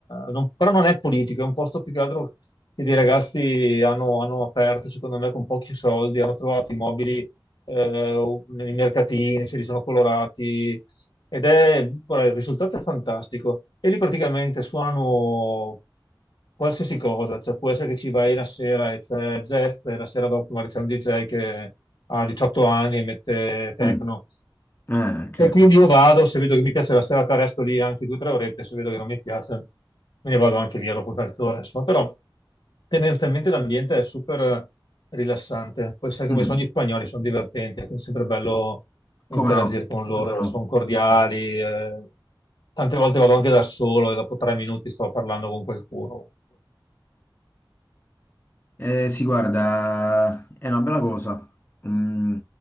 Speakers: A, on the left (about 65°); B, on the left (about 25°).
A: non- però non è politico, è un posto più che altro che dei ragazzi hanno, hanno aperto, secondo me, con pochi soldi, hanno trovato i mobili eh, nei mercatini, se li sono colorati, ed è, guarda, il risultato è fantastico. E lì praticamente suonano qualsiasi cosa, cioè può essere che ci vai la sera e c'è Jeff e la sera dopo magari c'è un DJ che ha 18 anni e mette techno,
B: Mm. Ah, ok.
A: e quindi
B: ok.
A: io vado, se vedo che mi piace la serata, resto lì anche due o tre orette, se vedo che non mi piace, me ne vado anche via dopo mezz'ora. Insomma, però tendenzialmente l'ambiente è super rilassante. Poi sai come
B: Mm,
A: sono gli spagnoli, sono divertenti, quindi è sempre bello interagire
B: come no?
A: con loro,
B: Come no?
A: sono cordiali. eh. Tante volte vado anche da solo e dopo tre minuti sto parlando con qualcuno.
B: Eh, sì, guarda, è una bella cosa. Mm,